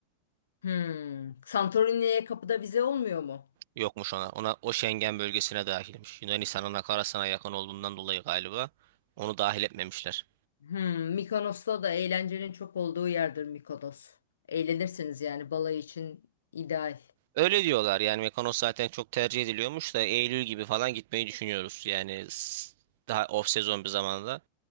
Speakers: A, on the left (about 65°); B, on the right (about 50°).
A: Hmm. Santorini'ye kapıda vize olmuyor mu?
B: Yokmuş ona. Ona o Schengen bölgesine dahilmiş. Yunanistan'ın akarasına yakın olduğundan dolayı galiba onu dahil etmemişler.
A: Hmm. Mikonos'ta da eğlencenin çok olduğu yerdir Mikonos. Eğlenirsiniz yani balayı için ideal.
B: Öyle diyorlar yani Mekanos zaten çok tercih ediliyormuş da Eylül gibi falan gitmeyi düşünüyoruz. Yani s- daha off sezon bir zamanda